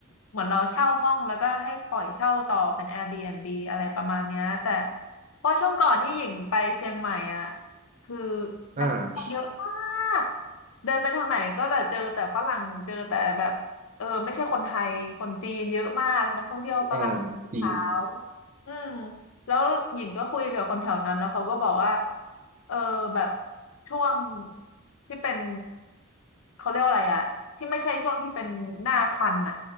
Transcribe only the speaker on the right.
อ่า
อ่าจีน